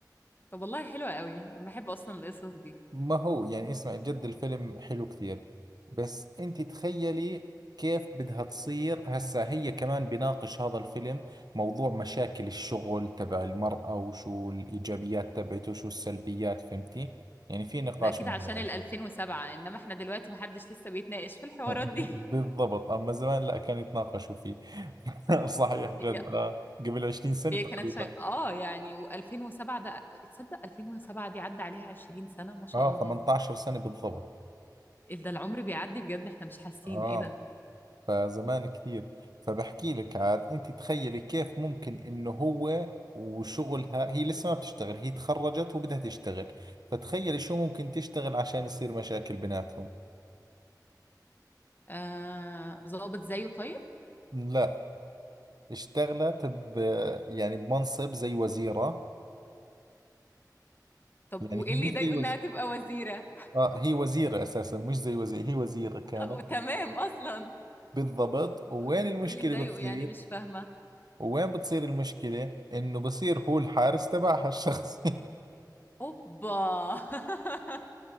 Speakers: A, on the left; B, on the right.
A: طب والله حلوة قوي أنا بحب أصلا القصص دي
B: ما هو يعني اسمع جد الفيلم حلو كثير بس انت تخيلي كيف بدها تصير هسا هي كمان بيناقش هذا الفيلم موضوع مشاكل الشغل تبع المرأة وشو الإيجابيات تبعته وشو السلبيات فهمتي يعني في نقاش
A: ده أكيد
B: من
A: عشان
B: هذا
A: ال 2007 إنما إحنا دلوقتي محدش لسه بيتناقش في الحوارات
B: <laughs>
A: دي
B: بالضبط أما زمان لا كان يتناقشوا فيه <laughs> صحيح
A: <laughs>
B: جد
A: هي
B: آه، قبل 20 سنة
A: هي
B: تقريبا
A: كانت شيء اه يعني و2007 ده تصدق 2007 دي عدى عليها 20 سنة ما شاء
B: اه
A: الله
B: 18 سنة بالضبط
A: إيه ده العمر بيعدي بجد احنا مش حاسين
B: اه
A: ايه ده
B: فزمان كثير فبحكي لك عاد انت تخيلي كيف ممكن انه هو وشغلها هي لسه ما بتشتغل هي تخرجت وبدها تشتغل فتخيلي شو ممكن تشتغل عشان يصير مشاكل بيناتهم
A: آه، ظابط زيه طيب
B: لا اشتغلت ب يعني بمنصب زي وزيرة
A: طب
B: يعني
A: وايه
B: هي
A: اللي
B: مش
A: يضايقه
B: زي وز...
A: انها تبقى وزيرة
B: آه هي وزيرة اساسا مش زي وزيرة هي وزيرة كانت
A: <laughs> آه، تمام اصلا
B: بالضبط
A: طب
B: وين المشكلة
A: ايه اللي مضايقه
B: بتصير
A: يعني مش فاهمة
B: وين بتصير المشكلة انه بصير هو الحارس تبعها الشخصي
A: اوبا <laughs>